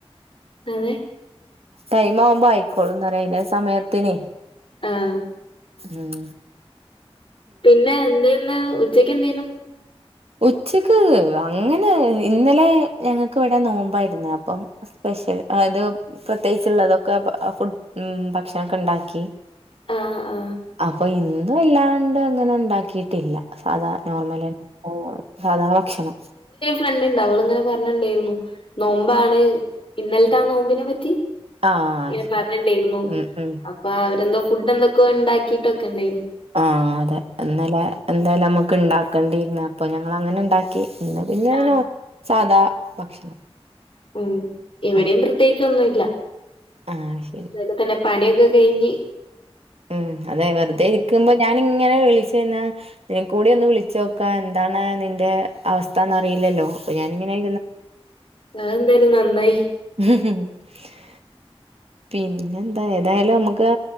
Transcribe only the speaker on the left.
അതെ.
ആഹ്
പിന്നെ എന്തന്ന് ഉച്ചക്ക് എന്തേയ്നു
ആഹ് ആഹ്.
ണ്ട് അവളിങ്ങനെ പറഞ്ഞിണ്ടായിരുന്നു നോമ്പാണ് ഇന്നലത്തെ ആ നോമ്പിനെ പറ്റി.
ഇങ്ങനെ
പറഞ്ഞിണ്ടായിരുന്നു
അപ്പൊ അവര് എന്തോ ഫുഡ് എന്തൊക്കോ ഉണ്ടാക്കിട്ടൊക്കെ ഉണ്ടായിരുന്നു.
ആഹ്
ഉം ഇവിടെയും
പ്രത്യേകിച് ഒന്നുയില്ല.
ഇപ്പൊ തന്നെ പണിയൊക്കെ കഴിഞ്ഞ്-
അത് എന്തായാലും നന്നായി.